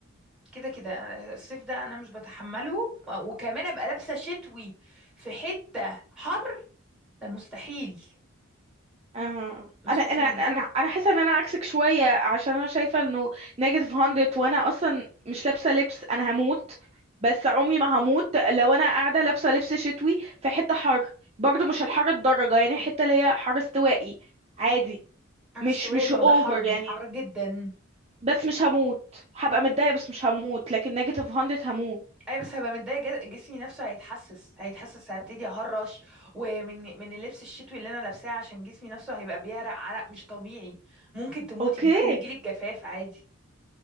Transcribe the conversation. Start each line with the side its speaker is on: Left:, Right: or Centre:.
Centre: كده كده الصيف ده انا مش بتحمله و- وكمان ابقى لابسه شتوي في حته حر ده مستحيل
Right: آه،
Centre: مستحيل
Right: انا انا انا انا حاسه ان انا عكسك شويه عشان انا شايفه انه نيجاتيف 100 وانا اصلا مش لابسه لبس انا هموت بس عمري ما هموت لو انا قاعده لابسه لبس شتوي في حته حر برضو مش الحر الدرجه يعني حته اللي هي حر استوائي عادي
Centre: حر
Right: مش
Centre: السواقي
Right: مش
Centre: ما
Right: اوفر
Centre: هو ده حر
Right: يعني
Centre: حر جدا
Right: بس مش هموت هبقى متضايقه بس مش هموت لكن نيجاتيف 100 هموت
Centre: اي بس هبقى متضايقه جا- جسمي نفسه هيتحسس هيتحسس هبتدي اهرش ومن من اللبس الشتوي اللي انا لابساه عشان جسمي نفسه هيبقى بيعرق عرق مش طبيعي ممكن تموتي
Right: اوكي
Centre: ممكن يجيلك جفاف عادي